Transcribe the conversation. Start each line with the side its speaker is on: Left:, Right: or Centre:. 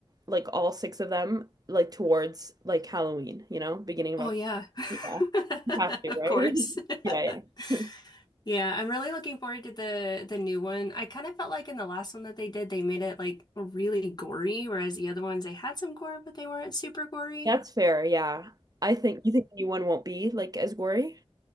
Right: like all six of them like towards like Halloween, you know, beginning of
Left: Oh
Right: October.
Left: yeah.
Right: Yeah.
Left: <laughs>
Right: You have to,
Left: Of
Right: right?
Left: course.
Right: <laughs>
Left: <laughs>
Right: Yeah, yeah.
Left: Yeah, I'm really looking forward to the the new one. I kind of felt like in the last one that they did, they made it like really gory, whereas the other ones they had some gore, but they weren't super gory.
Right: <laughs> That's fair, yeah. I think you think the new one won't be like as gory?